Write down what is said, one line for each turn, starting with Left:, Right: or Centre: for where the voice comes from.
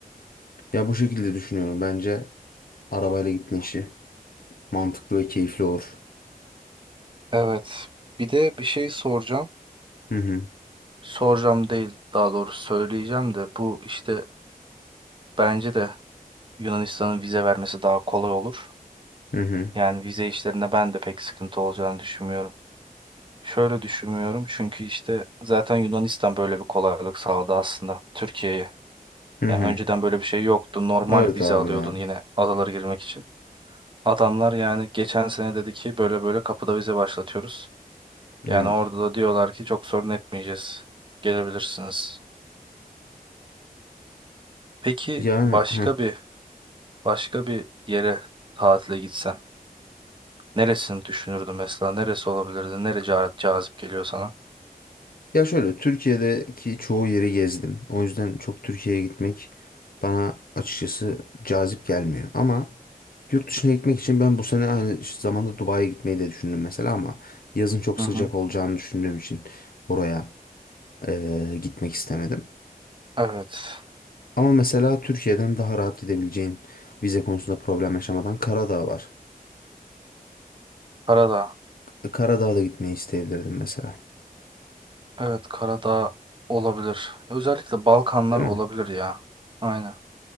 Left: Ya bu şekilde düşünüyorum. Bence arabayla gitme işi mantıklı ve keyifli olur.
Right: Evet. Bir de bir şey soracağım.
Left: Hı hı.
Right: Soracağım değil daha doğrusu söyleyeceğim de bu işte bence de Yunanistan'ın vize vermesi daha kolay olur.
Left: Hı hı.
Right: Yani vize işlerinde ben de pek sıkıntı olacağını düşünmüyorum. Şöyle düşünmüyorum çünkü işte zaten Yunanistan böyle bir kolaylık sağladı aslında Türkiye'ye.
Left: Hı hı.
Right: Yani önceden böyle bir şey yoktu. Normal
Left: Evet
Right: vize
Left: abi
Right: alıyordun
Left: ya.
Right: yine adalara girmek için. Adamlar yani geçen sene dedi ki böyle böyle kapıda vize başlatıyoruz. Yani
Left: Evet.
Right: orada da diyorlar ki çok sorun etmeyeceğiz. Gelebilirsiniz. Peki
Left: Yani
Right: başka
Left: heh.
Right: bir başka bir yere tatile gitsen neresini düşünürdün mesela? Neresi olabilirdi? Nere ca- cazip geliyor sana?
Left: Ya şöyle Türkiye'deki çoğu yeri gezdim. O yüzden çok Türkiye'ye gitmek bana açıkçası cazip gelmiyor. Ama yurt dışına gitmek için ben bu sene aynı zamanda Dubai'ye gitmeyi de düşündüm mesela ama yazın çok
Right: Hı
Left: sıcak
Right: hı.
Left: olacağını düşündüğüm için oraya eee, gitmek istemedim.
Right: Evet.
Left: Ama mesela Türkiye'den daha rahat gidebileceğin vize konusunda problem yaşamadan Karadağ var.
Right: Karadağ.
Left: E, Karadağ'a da gitmeyi isteyebilirdim mesela.
Right: Evet Karadağ olabilir. Özellikle Balkanlar
Left: Değil
Right: olabilir
Left: mi?
Right: ya. Aynen.